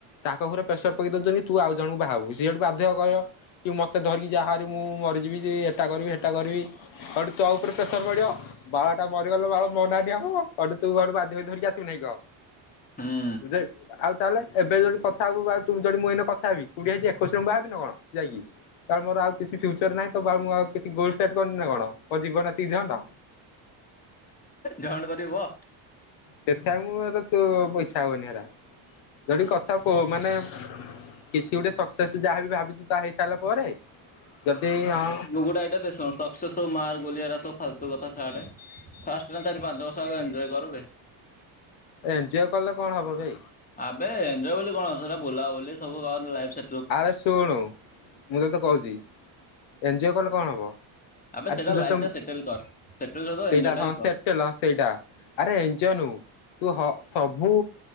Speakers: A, on the left; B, on the left.
A: ତାଙ୍କ ଘରେ ପ୍ରେସର ପକେଇ ଦଉଛନ୍ତି ତୁ ଆଉ ଜଣଙ୍କୁ ବାହାବୁ ସିଏ ହେଠୁ ବାଧ୍ୟ କହିବ କି ମତେ ଧରିକି ଯାହାରି ମୁଁ ମରିଯିବି ଯେ ଏଟା କରିବି ହେଟା କରିବି ଆଡ ତଉ ଉପରେ କ ସର ପଡ଼ଆ ବାଳ ଟା ମରିଗଲେ ବ ବାଳ ମନାହାନ୍ତି ହବ ଅଠୁ ତୁ ଘଡୁ ବାଧ୍ୟ ହୋଇ ଧରିକ ଆସିବୁାଇଁହ
B: ହୁଁ
A: ବଝାଇପୁ ଆଉ ତାହେଲେ ଏବେ ଯଦି କଥା ହବ ଯି ମୁଁଇନ କଥା ହେବି କୋଡିଏ ହେଇଛି ଏକୋଇଶରେ ମୁ ବାହାବି ନା କଣ ଯାଇକି ତାାର ମୋର ଆଉ କିଛି ଫ୍ୟୁଚର ନାହିଁ ତ ମୁଁ ଆଉ କିଛି ଗୋଲଟ୍ ନା କଣ କଉ ଯିବ ନାତିିଝଣ୍ଟା
B: ଝଣ୍ଡ କରିବ
A: ସେଥିପାଇଁ ମୁଁ ଏ ତୁ ପଇଛା ହବନି ହେରା ଯଦ କଥା କହୁ ମାନେ କିଛି ଗୋଟେ ସକ୍ସେସ୍ ଯାହାବ ଭାବିଛୁ ତାହା ହେଇସାରିଲା ପରେ ଯଦି ହଁ
B: <unintelligible> ସ ସବୁ ମାର୍ ଗୁଲିଆ ସବୁ ଫାଲତୁ କଥା ସଛଆଡ଼େ ଫାଷ୍ଟଟ ନା ଚାରି ପାଞ୍ଚ ବର୍ଷ ଆ ଏଞଜୟ କରବେ।
A: ଏଞ୍ଜୋଅୟ୍ କଲେ କଣ ହବ ବେ?
B: ଆବେ ଏଜୟ ବୋଲି କଣଟ ବୁଲାବୁଲି ସବୁ ଲାଇଫି
A: ଆରେ ଶୁଣୁ ମୁଁ ତତେ କହୁଛି ଏନଜିଓ କହିଲ କଣ ହବ?
B: ଆବେ
A: ଆରେ
B: ସେଇଟା
A: ତୁ ଯେତେ
B: ଲାଇଫ୍ ଟା ସେଟେଲ କର ସେଟେଲ
A: ସେଇଟା
B: ଏଜୟ
A: ହଁ
B: ଟା ବି କର।
A: ସେଟେଲ ସେଇଟା ଆରେ ଏଜନୁ ତୁ ସବୁ